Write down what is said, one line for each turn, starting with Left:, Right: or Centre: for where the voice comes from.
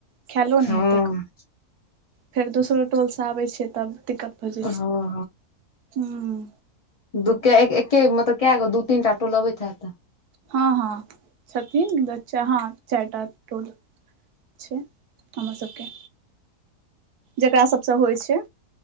Right: खैलो
Left: हँ
Right: नैय हेतै कऽ। फेर दोसरो टोल स आबय छै तब दिक्कत भऽ जाइ
Left: हँ
Right: छै हूं।
Left: दूके एक्के-एक्के मतलब कए गो दू तीनटा टोल अबैत हैत तऽ?
Right: हँ हँ छथिन द चा हाँ चाइटा टोल छै। हमर सबके जकरा सबसऽ होइ छै।